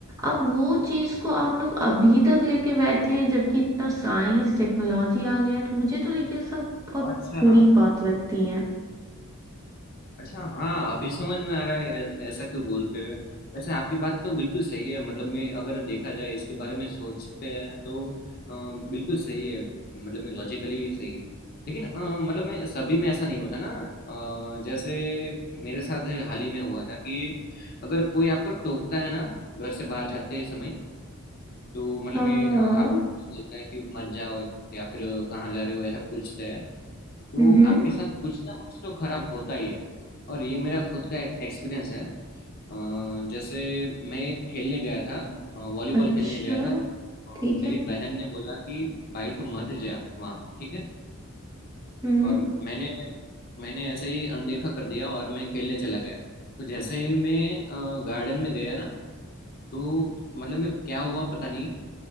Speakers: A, on the right; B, on the left.
A: अब वो चीज को आप लोग अभी तक लेके बैठे हैं जबकि इतना साइंस टेक्नोलॉजी आ गया है तो मुझे तो ये सब बहुत
B: अच्छा
A: बुरी बात लगती है
B: अच्छा हाँ अभी समझ में आ रहा है ऐ- ऐसा क्यों बोलते हैं वैसे आपकी बात तो बिल्कुल सही है मतलब मैं अगर देखा जाए इसके बारे में सोचते हैं तो अ, बिल्कुल सही है मतलब मैं लॉजिकली सही है लेकिन अ, मतलब मैं सभी में ऐसा नहीं होता ना अ, जैसे मेरे साथ हाल ही में हुआ था कि अगर कोई आपको टोकता है ना घर से बाहर जाते समय तो मतलब
A: हाँ
B: मैं अ, आपको बोलता है कि मत जाओ या फिर अ, कहाँ जा रहे हो ऐसा पूछता है तो
A: हम्म
B: आपके साथ कुछ ना कुछ तो खराब होता ही है और ये मेरा खुद का एक्सपीरियंस है अ, जैसे मैं खेलने गया था अ, वॉलीबॉल
A: अच्छा
B: खेलने गया था और
A: ठीक
B: मेरी
A: है
B: बहन ने बोला कि भाई तू मत जा वहाँ पर ठीक है
A: हम्म
B: और मैंने मैंने ऐसे ही अनदेखा कर दिया और मैं खेलने चला गया तो जैसे ही मैं गार्डन में गया ना तो मतलब मैं क्या हुआ पता नहीं